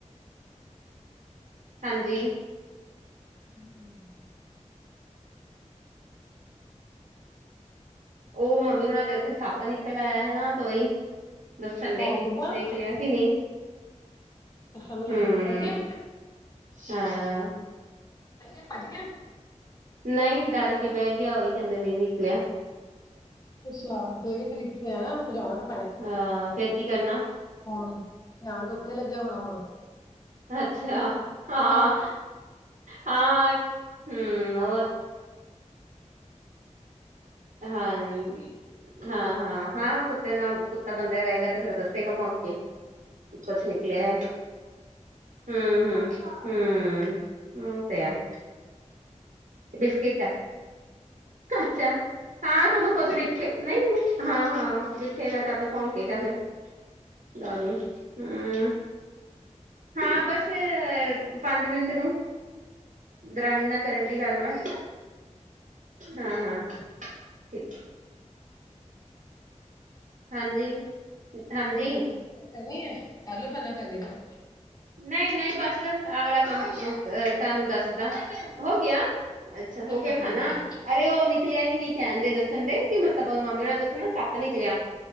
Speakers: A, on the right; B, on the left.
A: ਹਾਂਜੀ
B: ਹੂ
A: ਉਹ ਮੰਮੀ ਉਹਨਾਂ ਦੇ ਉੱਥੇ ਸੱਪ ਨਿਕਲ ਆਇਆ ਹੈਨਾ। ਉਹ ਹੀ ਦੱਸਣ ਡੇ ਸੀ,
B: ਕਿਹਾ,
A: ਦੇਖ ਲਿਆ ਕਿ ਨਹੀਂ
B: ਅਛਾ,
A: ਹਮ
B: ਨਿਕਲ ਗਿਆ
A: ਹਾਂ
B: ਚਲ ਗਿਆ, ਭੱਜ ਗਿਆ
A: ਨਹੀਂ ਡਰ ਕੇ ਬਹਿ ਗਿਆ। ਉਹ ਵੀ ਕਹਿੰਦੇ ਨਹੀਂ ਨਿਕਲਿਆ।
B: ਅੱਛਾ, ਤੇੇਵ ਵੀ ਤਰੀਕ ਹੈ ਨਾ ਭਜਾਉਣਾ ਨਾ
A: ਹਾਂ, ਫੇਰ ਕੀ ਕਰਨਾ
B: ਹੁਣ ਥਯਾਨ ਤੇ ਉੱਥੇ ਲੱਗਿਆ ਹੋਣਾ, ਹੁਣ
A: ਅੱਛਾ, ਹਾਂ ਹਾਂ, ਹੂ ਹੋਰ ਹਾਂਜੀ ਹਾਂ ਹਾਂ ਹਾਂ, ਕੁੱਤਿਆਂ ਨਾਲ ਕੁੱਤਾ ਬੰਦਿਆ ਰਹੇਗਾ। ਤੇ ਫੇਰ ਦੱਸੇਗਾ ਭੌਕ ਕੇ ਕੁਛ ਨਿਕਲਿਆ ਹੈ। ਹੂ ਹੂ ਹੂ, ਉਹ ਤੇ ਹੈ। ਬਿਸਕਿਟ ਐ ਅੱਛਾ ਹਾਂ ਤੇ ਉਹਨੂੰ ਕੁਛ ਵਖੇ ਨਹੀਂ ਉਹਨੂੰ, ਹਾਂ ਹਾਂ ਵੇਖੇਗਾ ਤੇ ਆਪੇ ਭੋਂਕੇਗਾ ਫਿਰ ਲਗੇ, ਹੂ ਹਾਂ, ਬਸ ਅ ਪੰਜ ਮਿੰਟ ਨੂੰ ਦਰਾਣੀ ਨਾਲ ਕਰਨ ਢਈ ਗੱਲ ਮੈ ਹਾਂ-ਹਾਂ ਠੀਕ। ਹਾਂਜੀ, ਹਾਂਜੀ।
B: ਕੀ ਕਰਨੀ ਏ ਕਰ ਲਓ ਪਹਿਲਾਂ ਕਰਨੀ ਤੇ।
A: ਨਈ-ਨਈ, ਬਸ ਆ ਵਾਲਾ ਕੰਮ ਤਾਨੂੰ ਦੱਸਦਾ ਹੋ ਗਿਆ। ਅੱਛਾ, ਹੋ ਗਿਆ
B: ਹਾਂਜੀ
A: ਖਾਨਾ
B: ਹਾਂਜੀ
A: ਅਰੇ ਓ ਨਿ ਨਿਕਲਿਆ ਹੀ ਨੀ ਕਹਿਣ ਦੇ ਦੱਸਣ ਢਏ, ਕਿ ਮਤਲਬ ਉਹ ਮੰਮੀ ਹੁਣ ਦੇ ਉੱਥੇ ਨਾ ਸੱਪ ਨਿਕਲਿਆ।